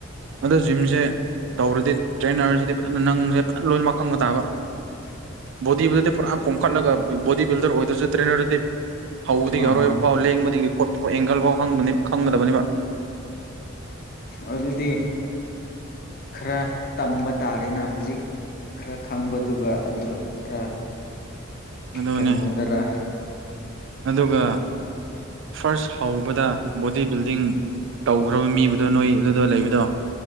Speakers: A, on the right; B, on the left.
A: ꯑꯗꯣ ꯖꯤꯝꯖꯦ ꯇꯧꯔꯗꯤ ꯇ꯭ꯔꯦꯅꯔꯁꯤꯗꯤ ꯐꯖꯅ ꯅꯪꯖꯦ ꯐꯖ ꯂꯣꯏꯃꯛ ꯈꯪꯕ ꯇꯥꯕ
B: <inaudible>
A: ꯕꯣꯗꯤꯕꯨꯗꯤ ꯄꯨꯔꯥ ꯄꯣꯝꯈꯠꯂꯒ ꯕꯣꯗꯤ ꯕꯤꯜꯗꯔ ꯑꯣꯏꯗ꯭ꯔꯁꯨ ꯇ꯭ꯔꯦꯅꯔꯗꯨꯗꯤ ꯍꯧꯕꯗꯒꯤ
B: ꯑꯥ
A: ꯑꯔꯣꯏꯕ
B: ꯑꯥ
A: ꯐꯥꯎ ꯂꯦꯡꯕꯗꯒꯤ ꯈꯣꯄ ꯑꯦꯡꯒꯜ ꯐꯥꯎ ꯈꯪꯒ ꯈꯪꯒꯗꯕꯅꯤꯕ
B: ꯑꯗꯨꯗꯤ ꯈꯔ ꯇꯝꯕ ꯇꯥꯔꯦꯅ ꯍꯧꯖꯤꯛ ꯈꯔ ꯈꯪꯕꯗꯨꯒ ꯑꯗꯨꯒ ꯈꯔ
A: ꯑꯗꯨꯅꯦ
B: ꯀꯩꯅꯣ ꯗꯔꯥ
A: ꯑꯗꯨꯒ ꯐꯥꯔꯁ ꯍꯧꯕꯗ ꯕꯣꯗꯤ ꯕꯤꯜꯗꯤꯡ ꯇꯧꯈ꯭ꯔꯕ ꯃꯤꯕꯨꯗꯣ ꯅꯣꯏ ꯑꯗꯨꯗ ꯂꯩꯕꯗꯣ